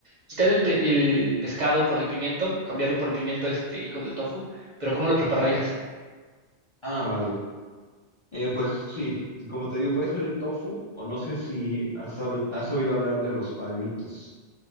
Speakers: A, on the right (about 50°); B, on the left (about 30°).
A: quitar el, pe- el pescado por el pimiento, cambiarlo por el pimiento este y con el tofu, pero ¿cómo lo prepararías?
B: Ah, vale. Eh, pues sí, como te digo, puede ser el tofu o no sé si has, habl- has oído hablar de los palmitos.